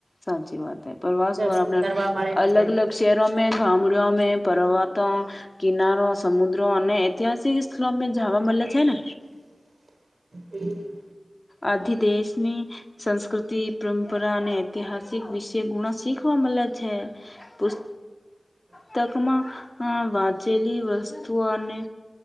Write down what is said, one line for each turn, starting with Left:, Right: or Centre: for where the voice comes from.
Left: સાચી વાત હે પ્રવાસ
Right: દર્શન
Left: પણ આપણે
Right: કરવા મળે
Left: અલગ
Right: છે
Left: અલગ શહેરો મેં ગામડિયા મેં પર્વત કા કિનારો સમુદ્રો અને ઐતિહાસિક સ્થળ જાવા મલે છે ને
Right: <inaudible> હમ
Left: આથી દેશની સંસ્કૃતિ પરંપરા અને ઐતિહાસિક વિષય ગુણા શીખવા મ લે છે પુસ
Right: <inaudible>
Left: તકમાં અ વાંચેલી વસ્તુઓને